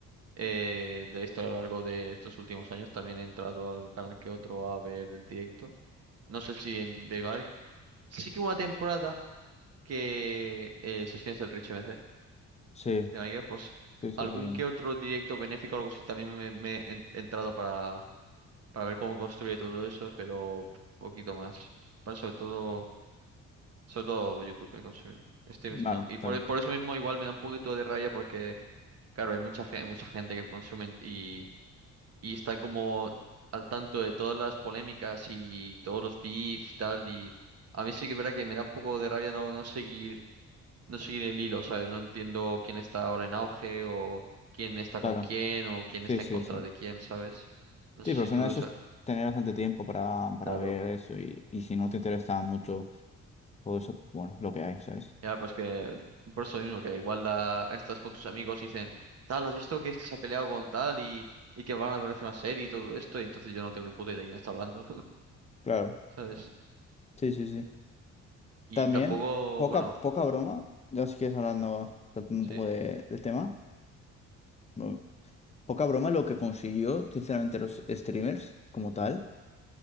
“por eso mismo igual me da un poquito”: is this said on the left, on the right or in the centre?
Right